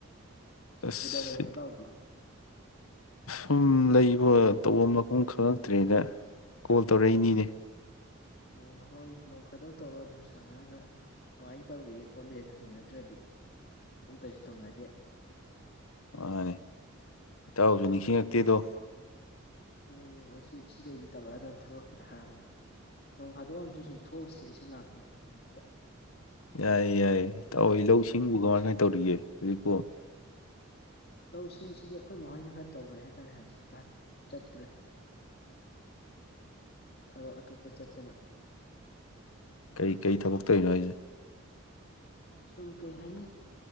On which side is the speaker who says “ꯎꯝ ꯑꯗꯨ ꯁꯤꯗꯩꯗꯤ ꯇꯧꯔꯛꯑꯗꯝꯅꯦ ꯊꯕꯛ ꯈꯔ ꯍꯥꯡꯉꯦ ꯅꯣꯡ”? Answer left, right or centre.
Left